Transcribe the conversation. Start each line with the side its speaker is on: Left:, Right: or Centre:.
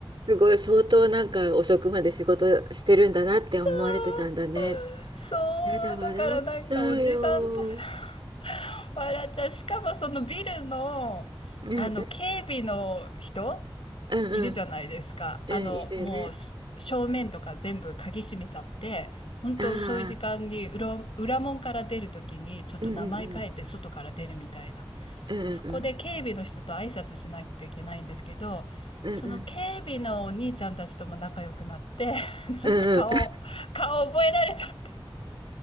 Right: すごい相当なんか遅くまで仕事してるんだなって思われてたんだね。
Left: そうそう、
Right: やだ笑っちゃうよ。
Left: だからなんかおじさんと
Right: うん
Left: <laughs> 笑っちゃう。しかもそのビルの、
Right: うん
Left: あの警備の人
Right: うんうん
Left: いるじゃないですか。
Right: うんいるよね。
Left: あの、もうし正面とか全部鍵閉めちゃって、本当そういう時間に裏、
Right: ああ
Left: 裏門から出るときにちょっと名前変えて外から出るみたいな。
Right: うんうんうんうんうん
Left: そこで警備の人と挨拶しないといけないんですけど、
Right: うんうん
Left: その警備のお兄ちゃんたちとも仲良くなって、<laughs> なんか顔、
Right: うんうんう
Left: 顔覚えられちゃって。